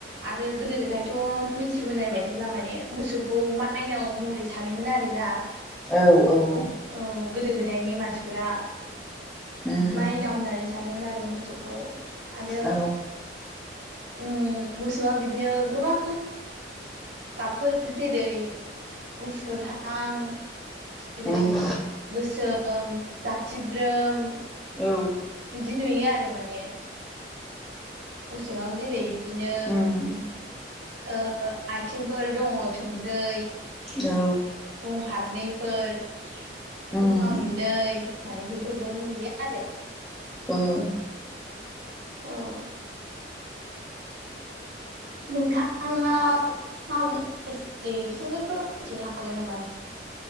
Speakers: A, on the right; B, in the centre.
A: आरो गोदो गोदायथ' मिथिबोनाय बायदिब्ला माने मोसौखौ माइनाव महरै सानोमोन आरोना।
B: औ औ।
A: औ गोदो गोदायनि मानसिफोरा
B: उम
A: माइनाव होननानै सानोमोन आरो मोसौखौ आरो
B: औ
A: उम मोसौआ बिदिनो गोबां गाबफोर जेरै गुफुरहां जेरै
B: उम
A: गोसोम जाथिब्रोम
B: औ।
A: बिदि नुयो आरो माने। मोसौआव जेरै बिदिनो
B: उम
A: ओ ओ आथिंफोर दङ' थोंब्रै।
B: औ।
A: गं फारनैफोर,
B: उम
A: खोमा मोननै। माने बेफोरखौ नुयो आरो।
B: ओहो।
A: औ।
B: <inaudible>
A: नोंथाङ मा मागो सोमोन्दै <unintelligible> मिथिनो हागोन नामा नोंथां?